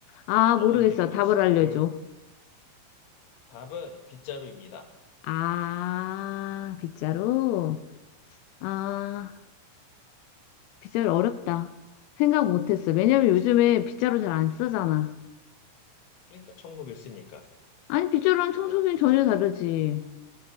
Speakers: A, on the left; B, on the left.
A: 아,
B: 엄한
A: 모르겠어.
B: 길로 갔어.
A: 답을 알려줘.
B: 어려울 답은 빗자루입니다.
A: 아, 빗자루?
B: 음,
A: 아, 빗자루
B: 음,
A: 어렵다. 생각 못했어. 왜냐면
B: 어렵지.
A: 요즘에
B: 음,
A: 빗자루 잘
B: 그지.
A: 안 쓰잖아.
B: 그러니까 청소기를 쓰니까
A: 아니, 빗자루랑
B: 그래서
A: 청소기는
B: 빗자루
A: 전혀 다르지.